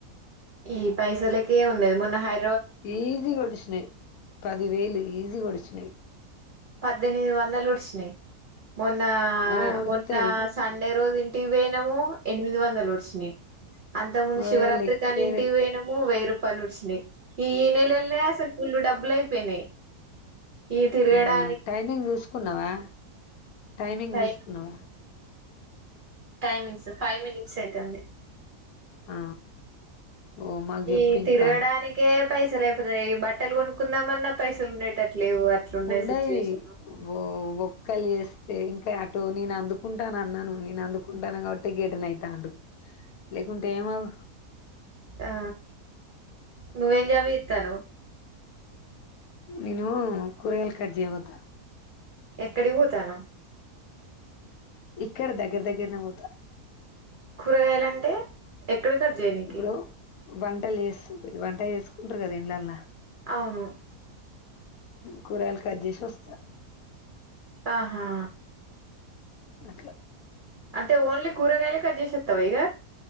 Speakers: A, on the right; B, on the left.
A: ఈ పైసలకే ఉండ మన హై
B: ఈజీగా వోడ్చినాయ్ పది వేలు ఈజీ గ వోడ్చినాయ్
A: పద్దెనిమిది వందలు ఉడ్చినయి మొన్న
B: ఆ ఒడుత్తయి
A: మొన్న సండే రోజు ఇ టి పోయినము ఎనిమిది వందలు వుడ్సినాయ్ అంతకు ముందు
B: ఓ
A: శివరాత్రికని
B: లెక్కే
A: ఇంటికి
B: లేదు.
A: వోయినము వెయ్యి రు పలు లొడిసినయ్ ఈ నెలల్నే అసల్ ఫుల్లు డబ్బులయి పెనై ఈ తిరుగడా
B: ఆ టైమింగ్ చూసుకున్నవా? టైమింగ్
A: టైం
B: చూసుకున్నవా?
A: టైమింగ్స్ ఫైవ్ మినిట్స్ ఐతంది.
B: ఆ ఓ మాకు చెప్పు
A: ఈ తిరుగడానికె
B: ఇంకా
A: పైసలు అయిపోతయ్, ఈ బట్టలు కొనుక్కుందామన్నా పైసలు ఉండేటట్టు లేవు అట్లున్నాయి
B: ఉండై
A: సిచ్యువేషన్
B: వో వొక్కలు చేస్తే ఇం అటు నేను అందుకుంటాను అన్నాను, నేను అందుకుంటాన కాబట్టే గిటెన్ ఐతాండు, లేకుంటే ఏమవ్
A: ఆ నువ్వెం జాబ్ చేత్తానవ్
B: నిను కూరగాయలు కట్ జేయపోత
A: ఎక్కడి పోతాన్నవ్?
B: ఇక్కడ దగ్గర దగ్గరనే పోతా.
A: కూరగాయలంటే ఎక్కడి కట్ చేయనికి
B: ఇప్పుడు వంటలు చేస్తు, వంట చేసుకుంటరు కదా ఇండ్లల్లా
A: అవును
B: కూరగాయలు కట్ చేసి వస్తా.
A: ఆహా
B: అట్ల
A: అంటే ఓన్లీ కూరగాయలే కట్ జేసత్తవ ఇగ?